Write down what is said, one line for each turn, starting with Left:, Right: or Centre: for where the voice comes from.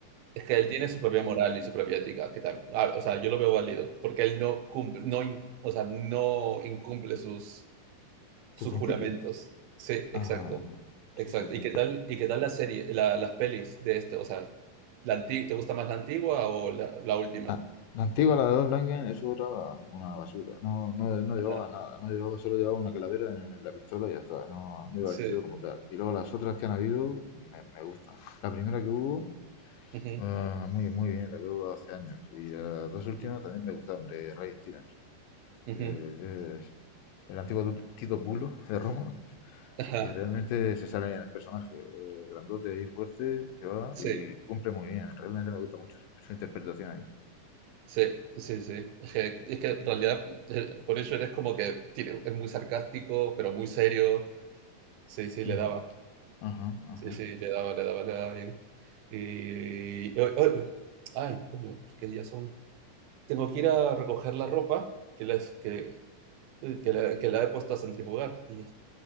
Right: Es que él tiene su propia moral y su propia ética, que tam- ah, o sea, yo lo veo válido, porque él no cumple, no, in- o sea, no incumple sus, sus
Left: Tus principios.
Right: juramentos. Sí,
Left: Ajá,
Right: exacto,
Left: ajá.
Right: exacto.
Left: Sí, sí, sí.
Right: ¿Y qué tal, y qué tal la serie, la- las pelis de este, o sea, la anti- ¿te gusta más la antigua o la, la última?
Left: Ah, la antigua, la de Don Langen, eso era una basura. No, no, no llevaba
Right: Ajá,
Left: nada, no llevaba, solo llevaba una calavera en la pistola y ya está, no, no iba
Right: sí.
Left: vestido como tal. Y luego las otras que han habido me, me gustan. La primera que hubo,
Right: ujú,
Left: ah, muy, muy bien, la que hubo hace años. Y las dos últimas
Right: ujú,
Left: también me gustaron, de Ray Stevenson.
Right: ujú,
Left: que es el antiguo Tito Bulo de Roma,
Right: Ajá,
Left: que realmente se sale en el personaje, eh, grandote y fuerte, que va
Right: sí,
Left: y cumple muy bien. Realmente me gusta mucho su, su interpretación ahí.
Right: sí, sí, sí. Es que, es que en realidad, eh, por eso eres como que tiene- es muy sarcástico, pero muy serio. Sí, sí,
Left: Ujú.
Right: le daba.
Left: Ajá, ajá.
Right: Sí, sí, le daba, le daba, le daba bien. Y y hoy- hoy- ay, coño, qué días son. Tengo que ir a recoger la ropa que les que, eh, que la, que la he puesto a centrifugar. Y ya. está.